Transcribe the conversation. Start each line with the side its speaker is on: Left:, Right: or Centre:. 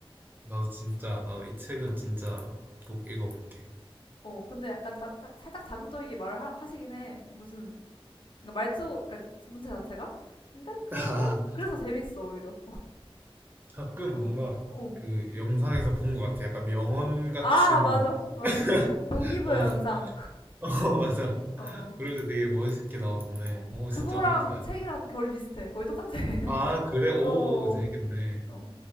Right: 나도 진짜, 나도 이 책은 진짜 꼭 읽어볼게.
Left: 어, 근데 약간 자, 자- 살짝 자극적이게 말을 하, 시긴 해. 무슨, 그러니까 말투, 그러니까 문제 자체가? 근데 그래도,
Right: 아,
Left: 그래서 재밌어, 오히려.
Right: 가끔
Left: 어,
Right: 뭔가
Left: 어.
Right: 그 영상에서 본 것 같아. 약간 명언 같은,
Left: 아, 맞아, 맞아. <laughs> 동기부여
Right: <laughs> 어.
Left: 영상.
Right: <laughs> 어, 맞아.
Left: 어.
Right: 그럴 때 되게 멋있게 나오던데.
Left: 어.
Right: 오,
Left: 그거랑
Right: 진짜 한번 읽어봐요.
Left: 책이랑 결이 비슷해. 거의 똑같아. <laughs>
Right: 아, 그래? 오,
Left: 어.
Right: 오, 재밌겠네.
Left: 어.